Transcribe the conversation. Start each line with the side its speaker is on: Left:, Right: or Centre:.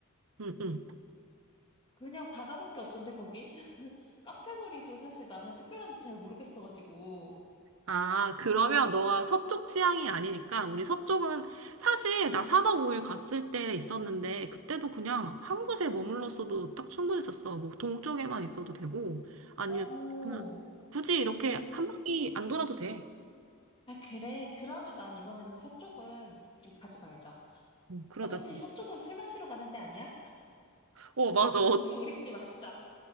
Right: 응, 응.
Left: 그냥 바다밖에 없던데 거긴? <laughs> 카페 거리도 사실 나는 특별한지 잘 모르겠어가지고.
Right: 아, 그러면 너가 서쪽 취향이 아니니까, 우리 서쪽은, 사실 나 4박 5일 갔을 때 있었는데, 그때도 그냥 한 곳에 머물렀어도 딱 충분했었어. 뭐, 동쪽에만 있어도 되고, 아니면,
Left: 오.
Right: 나 굳이 이렇게 한 바퀴 안 돌아도 돼.
Left: 아, 그래. 그러면 난 이번에는 서쪽은 우리 가지 말자.
Right: 응, 그러자.
Left: 어차피 서쪽은 술 마시러 가는 데 아니야?
Right: 어, 맞아.
Left: 술을 우리끼리 마시자.